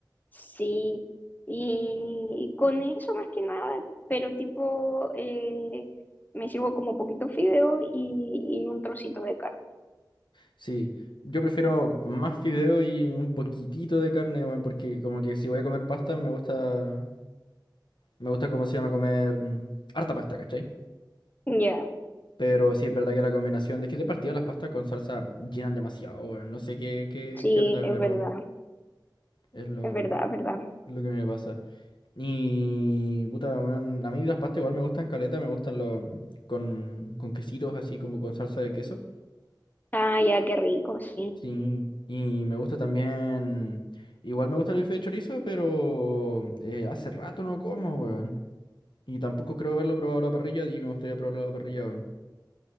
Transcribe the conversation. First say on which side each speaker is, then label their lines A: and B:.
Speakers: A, on the left (about 25°); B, on the left (about 80°).
A: Sí, y con eso más que nada, pero tipo, eh, me sirvo como poquito fideo y, y un trocito de carne.
B: Sí, yo prefiero más fideo y un poquitito de carne, weón, porque como que si voy a comer pasta, me gusta, me gusta cómo se llama comer mm, harta pasta, ¿cachai?
A: Ya,
B: Pero sí es verdad que la combinación, es que de partida las pastas con salsa llenan demasiado, weón, no sé qué, qué,
A: sí,
B: qué onda,
A: es
B: pero
A: verdad,
B: es lo,
A: es verdad,
B: es
A: es verdad.
B: lo que me pasa. Y puta, weón, a mí las pastas igual me gustan caleta, me gustan los, con, con quesitos así como con salsa de queso.
A: Ah, ya, qué rico, sí.
B: Sí, y me gusta también. Igual me gusta el bife de chorizo, pero eh, hace rato no como, weón. Y tampoco creo haberlo probado a la parrilla y me gustaría probarlo a la parrilla, weón.